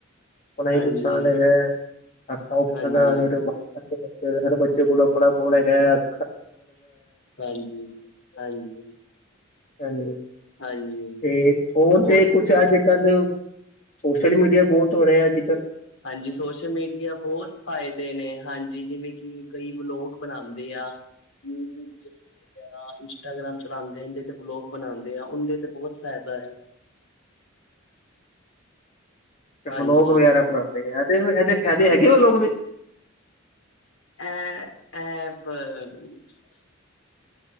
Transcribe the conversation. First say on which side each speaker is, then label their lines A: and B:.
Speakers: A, on the left; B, on the left.
A: ਆਪਣਾ
B: ਹਾਂਜੀ
A: ਹੀ ਨੁਕਸਾਨ ਹੈਗਾ ਅੱਖਾਂ-ਉਖਾਂ
B: ਹਾਂਜੀ
A: ਦਾ ਫੇਰ ਬਾਹਰ ਫਿਰ ਹਰ ਬੱਚੇ ਕੋਲ ਆਪਣਾ ਫੋਨ ਹੈਗਾ ਅਜ।
B: ਹਾਂਜੀ-ਹਾਂਜੀ।
A: ਹਾਂਜੀ।
B: ਹਾਂਜੀ।
A: ਤੇ ਫੋਨ
B: ਬਹੁਤ
A: ਤੇ ਕੁਛ ਅੱਜ-ਕੱਲ ਸੋਸ਼ਲ ਮੀਡੀਆ ਬਹੁਤ ਹੋ ਰਿਹਾ ਅੱਜ-ਕੱਲ।
B: ਹਾਂਜੀ ਸੋਸ਼ਲ ਮੀਡੀਆ ਬਹੁਤ ਫਾਇਦੇ ਨੇ ਹਾਂਜੀ ਜੀ ਜਿਵੇਂ ਕਿ ਕਈ ਵਲੋਗ ਬਣਾਉਂਦੇ ਆ ਯੂਟਿਊਬ ਚ ਜਾਂ ਇੰਸਟਾਗ੍ਰਾਮ ਚਲਾਉਂਦੇ ਆਦੇ ਤੇ ਬਲੋਗ ਬਣਾਉਂਦੇ ਆ ਉਹਦੇ ਤੇ ਬਹੁਤ ਫਾਇਦਾ ਆ
A: ਚ
B: ਹਾਂਜੀ
A: ਫਲੋ ਵਗੈਰਾ ਬਣਾਉਦੇ ਆ ਇਹਦੇ ਇਹਦੇ ਫ਼ਾਇਦੇ
B: ਹਾਂਜੀ
A: ਹੈਗੇ ਵ ਲੋਕ ਦੇ
B: ਅ